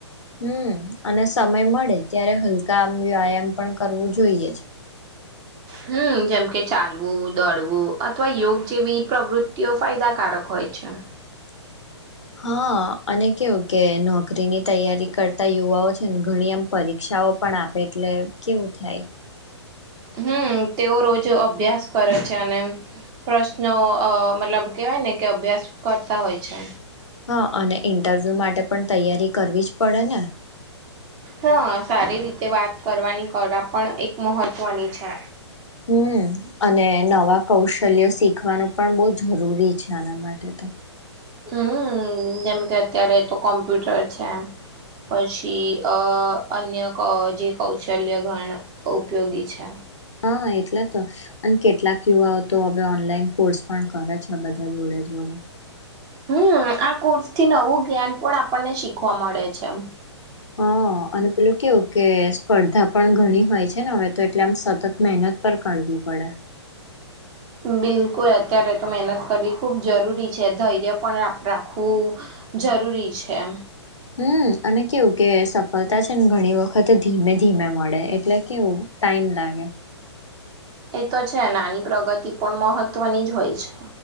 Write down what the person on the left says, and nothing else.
હમ અને સમય મળે ત્યારે હલકા આમ વ્યાયામ પણ કરવું જોઈએ જ- <inaudible>
<inaudible> હા અને કેવું કે નોકરીની તૈયારી કરતા યુવાઓ છે ને ઘણી આમ પરીક્ષાઓ પણ આપે એટલે કેવું થાય
હા અને ઇન્ટરવ્યુ માટે પણ તૈયારી કરવી જ પડે ને
હમ અને નવા કૌશલ્ય શીખવાનું પણ બહુ જરૂરી છે આના માટે તો
હા એટલે તો અને કેટલાક યુવાઓ તો હવે ઓનલાઈન કોર્સ પણ કરે છે બધા જોડે જોડે
હા અને પેલું કેવું કે સ્પર્ધા પણ ઘણી હોય છે ને હવે તો એટલે આમ સતત મહેનત પર કરવી પડા.
હમ અને કેવું કે સફળતા છે ને ઘણી વખત ધીમે ધીમે મળે એટલે કેવું. ટાઈમ લાગે.